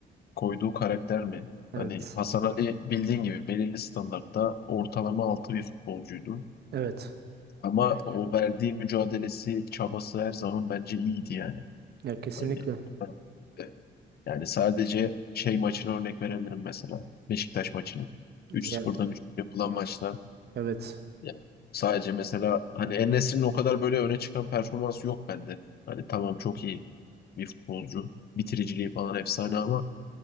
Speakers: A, on the left; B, on the right.
A: koyduğu karakter mi?
B: Evet.
A: Hani Hasan Ali bildiğin gibi belirli standartta ortalama altı bir futbolcuydu.
B: Evet.
A: Ama o verdiği mücadelesi, çabası her zaman bence iyiydi yani.
B: Ya kesinlikle.
A: Hani e, yani sadece şey maçına örnek verebilirim mesela. Beşiktaş maçını. Üç
B: Ya
A: 0dan 3 yapılan maçlar.
B: evet.
A: Ya, Sadece mesela hani En-Nesyri'nin o kadar böyle öne çıkan performansı yok bende. Hani tamam çok iyi bir futbolcu. Bitiriciliği falan efsane ama